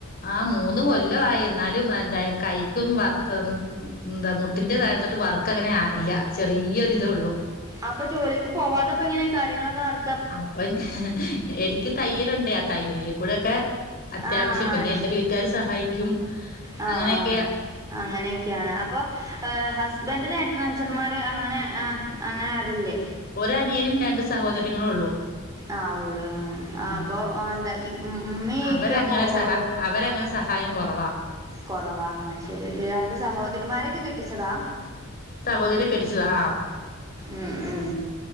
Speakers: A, on the left; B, on the right.
A: ആ് മൂന്ന് കൊല്ലമായി എന്നാലും എന്താ കൈക്കും വർക്ക ഉ എന്താ മുട്ടിന്റെ താഴത്തോട്ട് വർക്ക അങ്ങനെ ഇല്ല ചെറിയൊരിതേ ഉള്ളൂ
B: അപ്പൊ ജോലിക്ക് പോവാതെപ്പോ ഇങ്ങനെ കാര്യങ്ങളൊക്കെ നട
A: അപ്പൊ എനിക്ക് തയ്യലുണ്ട ആ തയ്യല കൂടെൊക്കെ അത്യാവശ്യം
B: ആ
A: പിന്നെ
B: അയ്ശ്
A: എറെ വീട്ടുകാര് സഹായിക്കും
B: ആ
A: അങ്ങനെയൊക്കെ
B: ആ അങ്ങനെയൊക്കെയാണ് അപ്പൊ ബറി നേട്ടനഞ്ച്ചന്മാർ അങ്ങനെ അങ്ങനെ ആരല്ലേ
A: ഒ അനിയനും രണ്ട് സഹോദരയങ്ങള ഉള്ളൂ
B: ആള്ളു ആ
A: ഉം
B: അപ്പൊ എന്താ ഉമ്മീ
A: അവരങ്ങനെ
B: ഇപ്പൊ ഓല
A: സഹ അവരങ്ങനെ സഹായം കുറവാണ്
B: കുറവാ ആഹ ശരി രണ്ട് സഹോദരിമാരൊക്കെ കെട്ടിച്ചതാ
A: സഹോദരിയെ കട്ടിച്ചതാ
B: ഉം ഉം